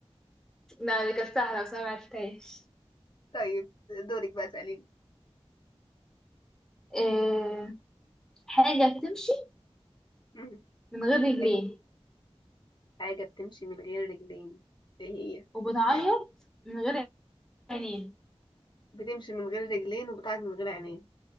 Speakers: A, in the centre; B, on the left.
A: لا دي كانت سهلة بس أنا معرفتهاش
B: <laughs> طيب دورك بقى اسأليني
A: آه، حاجة بتمشي
B: مم.
A: من غير رجلين
B: أيوة. حاجة بتمشي من غير رجلين ايه هي
A: وبتعيط
B: تاني
A: من غير عينين
B: بتمشي من غير رجلين وبتعد من غير عينين